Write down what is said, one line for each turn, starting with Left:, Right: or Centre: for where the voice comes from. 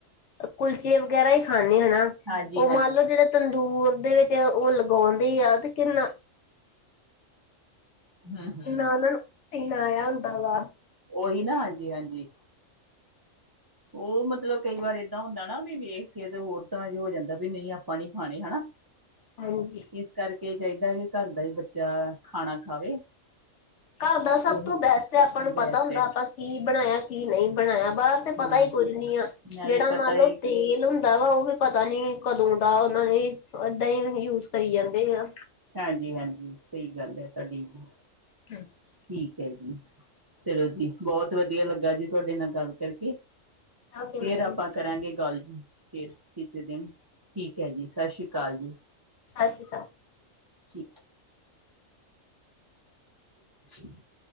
Left: ਕੁਲਚੇ ਵਗੈਰਾ ਈ ਖਾਂਦੇ ਹੈਨਾ। ਤੇ
Right: ਹਾਂਜੀ ਹਾਂਜੀ
Left: ਮੰਨ ਲਓ, ਜੇੜਾ ਤੰਦੂਰ ਦੇ ਵਿੱਚ ਓ ਲਗਾਉਂਦੇ ਆ ਤੇ ਕਿੰਨਾ
Right: ਹਮ ਹਮ
Left: ਈਨਾਂ ਨੂੰ, <unintelligible> ਹੁੰਦਾ ਵਾ।
Right: ਓਹੀ ਨਾ ਹਾਂਜੀ-ਹਾਂਜੀ। ਓ ਮਤਲਬ ਕਈ ਵਾਰ ਏਦਾਂ ਹੁੰਦਾ ਨਾ ਵੀ ਵੇਖ ਕੇ ਤੇ ਹੋਰ ਤਰ੍ਹਾਂ ਜ ਹੋ ਜਾਂਦਾ ਵੀ ਨਈ ਆਪਾਂ ਨੀ ਖਾਣੀ ਹਨਾ। <inaudible>
Left: ਹਾਂਜੀ।
Right: ਇਸ ਕਰਕੇ ਚਾਈਦਾ ਕਿ ਘਰ ਦਾ ਹੀ ਬੱਚਾ ਖਾਣਾ ਖਾਵੇ।
Left: ਘਰ ਦਾ
Right: ਤੇ
Left: ਸਭ
Right: ਉਹੀ
Left: ਤੋਂ ਬੈਸਟ ਆਪਾਂ ਨੂੰ
Right: ਬੈਸਟ
Left: ਪਤਾ ਹੁੰਦਾ
Right: ਹੈ
Left: ਆਪਾਂ ਕੀ ਬਣਾਇਆ ਕੀ ਨਹੀਂ ਬਣਾਇਆ, ਬਾਰ ਤੇ ਪਤਾ
Right: ਹਾਂ
Left: ਈ ਕੁੱਝ ਨੀ ਆ,
Right: ਨਾਲੇ
Left: ਜੇੜਾ
Right: ਪਤਾ
Left: ਮੰਨ
Right: ਹੈ
Left: ਲਓ ਤੇਲ ਹੁੰ ਦਾ ਵਾ ਓ ਵੀ ਪਤਾ ਨੀ ਕਦੋਂ ਦਾ ਓਨਾਂ ਨੇ ਏਦਾਂ ਹੀ ਯੂਜ ਕਰੀ ਜਾਂਦੇ ਆ।
Right: ਹਾਂਜੀ-ਹਾਂਜੀ ਸਈ ਗੱਲ ਐ ਤੁਹਾਡੀ ਜੀ।
Left: <unintelligible>
Right: ਠੀਕ ਐ ਜੀ, ਚਲੋ ਜੀ ਬਹੁਤ ਵਧੀਆ ਲੱਗਾ ਜੀ ਤੁਹਾਡੇ ਨਾਲ ਗੱਲ ਕਰਕੇ।
Left: ਓਕੇ
Right: ਫੇਰ
Left: ਮੈਮ
Right: ਆਪਾਂ ਕਰਾਂਗੇ ਗੱਲ ਜੀ, ਫਿਰ ਕਿਸੇ ਦਿਨ ਠੀਕ ਹੈ ਜੀ ਸਤਿ ਸ਼੍ਰੀ ਅਕਾਲ ਜੀ।
Left: ਸਤਿ ਸ਼੍ਰੀ ਅਕਾਲ।
Right: ਠੀਕ। <inaudible>